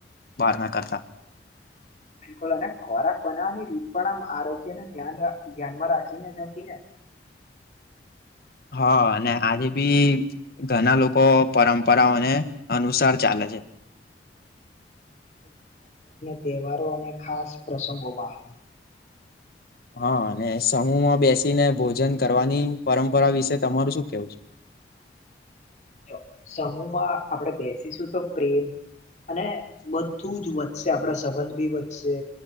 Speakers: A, on the left; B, on the left.
A: બાર ના કરતા
B: બિલકુલ અને ખોરાક બનાવવાની રીત પણ આમ આરોગ્યને ધ્યાન રા ધ્યાનમાં રાખીને જ હતી ને
A: હા અને આજે બી ઘના લોકો પરંપરાઓને અનુસાર ચાલે છે.
B: તેહવારો અને ખાસ પ્રસંગોમાં
A: હં અને સમૂહમાં બેસીને ભોજન કરવાની પરંપરા વિશે તમારું શું કેવું છે?
B: જો સમૂહમાં આપડે બે સીશુ તો પ્રેમ અને બધું જ વધશે આપણા સંબંધ બી વધશે.